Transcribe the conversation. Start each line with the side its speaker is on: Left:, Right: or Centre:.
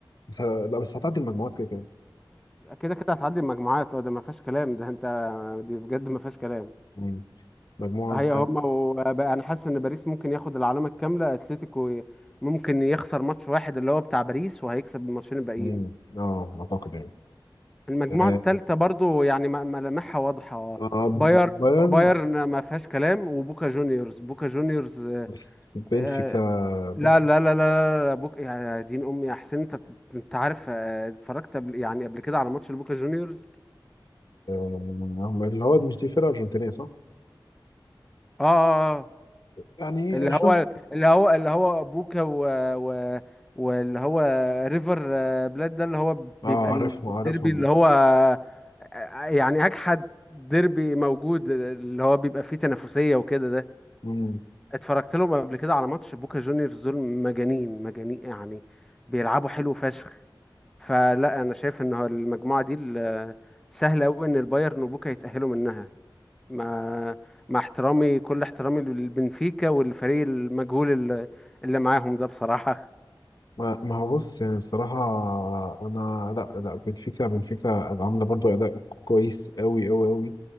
Left: بس ه- لا بس هتعدي المجموعات كده كده
Centre: كده كده هتعدي المجموعات اه ده ما فيهاش كلام ده انت دي بجد ما فيهاش كلام
Left: مم. مجموعة
Centre: هي هما وبقى انا حاسس ان باريس ممكن ياخد العلامه الكامله اتلتيكو ي- ممكن يخسر ماتش واحد اللي هو بتاع باريس وهيكسب الماتشين الباقيين
Left: مم. اه اعتقد يعني
Centre: المجموعة
Left: آه
Centre: الثالثة برضو يعني م- ملامحها واضحة
Left: آه،
Centre: باير
Left: بايرن
Centre: بايرن ما فيهاش كلام وبوكا جونيورز بوكا جونيورز
Left: بس بنفيكا
Centre: آه،
Left: بنفيكا
Centre: لا لا لا لا لا لا بوك يا يا دين امي يا حسين انت انت عارف آه، اتفرجت قبل يعني قبل كده على ماتش البوكا جونيورز
Left: آه، اللي هو مش دي فرقة أرجنتينية صح؟
Centre: اه اه اه آه.
Left: يعني
Centre: اللي
Left: أشوف
Centre: هو اللي هو اللي هو بوكا و, و واللي هو ريفر آه، بلاد ده اللي هو بيبقى
Left: اه
Centre: الديربي
Left: عارفهم عارفهم
Centre: اللي هو آه، آه، يعني اجحد ديربي موجود اللي هو بيبقى فيه تنافسية وكده ده
Left: مم.
Centre: اتفرجت لهم قبل كده على ماتش بوكا جونيورز دول مجانين مجانين يعني بيلعبوا حلو فشخ فلا انا شايف ان هو المجموعه دي ال- سهل قوي ان البايرن وبوكا يتاهلوا منها مع مع احترامي كل احترامي للبنفيكا والفريق المجهول اللي اللي معاهم ده بصراحه
Left: ما ما هو بص يعني الصراحة أنا لا لا بنفيكا بنفيكا عاملة برضو أداء كويس أوي أوي أوي